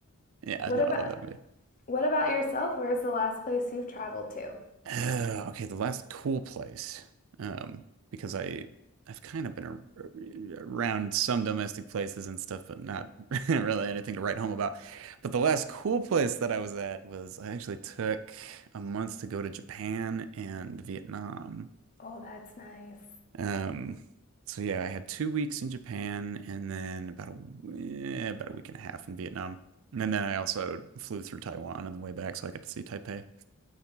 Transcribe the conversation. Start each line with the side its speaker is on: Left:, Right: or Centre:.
Right: yeah,
Left: What
Right: no, I
Left: about
Right: love that movie.
Left: what about yourself? Where's the last place you've traveled to?
Right: Uh, okay, the last cool place, um, because I I've kind of been ar uh, around some domestic places and stuff, but not <laughs> really anything to write home about. But the last cool place that I was at was I actually took a month to go to Japan and Vietnam.
Left: Oh, that's nice.
Right: Um, so yeah, I had two weeks in Japan and then about a w- eh, about a week and a half in Vietnam, and then I also flew through Taiwan on the way back, so I got to see Taipei.